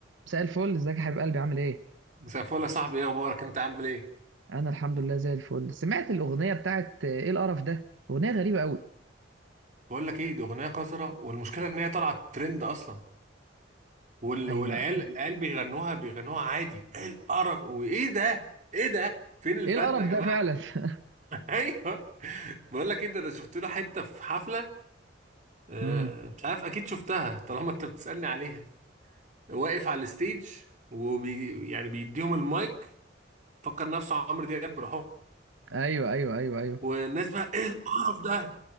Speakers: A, on the right (about 80°); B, on the right (about 40°).
A: مساء الفل ازيك يا حبيب قلبي عامل ايه
B: مساء الفل يا صاحبي ايه اخبارك انت عامل ايه
A: انا الحمد لله زي الفل سمعت الاغنيه بتاعت آه، ايه القرف ده اغنيه غريبه قوي
B: بقول لك ايه دي اغنيه قذره والمشكله ان هي طلعت ترند اصلا وال...
A: ايوه
B: والعيال العيال بيغنوها بيغنوها عادي ايه القرف وايه ده ايه ده فين الفن
A: ايه القرف
B: يا جماعه
A: ده فعلا <laughs>
B: <laughs> ايوه بقول لك ايه ده انا شفت له حته في حفله آه،
A: امم
B: مش عارف اكيد شفتها طالما انت بتسالني عليها واقف على الستيج وبي يعني بيديهم المايك فكر نفسه عمرو دياب بروحهم
A: ايوه ايوه ايوه ايوه
B: والناس بقى ايه القرف ده